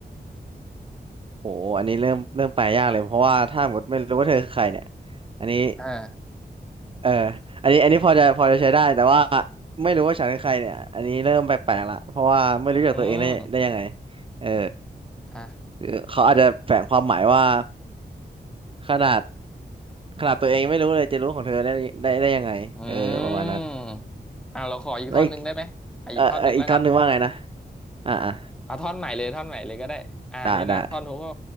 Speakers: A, on the right; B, in the centre.
A: โหอันนี้เริ่มเริ่มแปลยากเลยเพราะว่าถ้าหมดไม่รู้ว่าเธอคือใครเนี่ยอันนี้
B: อ่า
A: เอออันนี้อันนี้พอจะพอจะใช้ได้แต่ว่าไม่รู้ว่าฉันเป็นใครเนี่ยอันนี้เริ่มแปลกๆละเพราะว่าไม่รู้จักตัวเองได้ได้ยังไง
B: อืม
A: เออ
B: อ่ะ
A: คือเขาอาจจะแฝงความหมายว่าขนาดขนาดตัวเองยังไม่รู้เลยจะรู้ของเธอได้ได้ได้ยังไงเออประมาณนั้น
B: อืมอ่ะเราขออีกท่อนหนึ่งได้ไหมอ่ะอีกท่อนหนึ่งแล้วกัน
A: แล้วอีกเออเอออีกท่อนหนึ่งว่าไงนะอ่าอ่า
B: เอาท่อนใหม่เลยท่อนใหม่เลยก็ได้อ่านี่นะท่อนฮุกก็
A: ได้ได้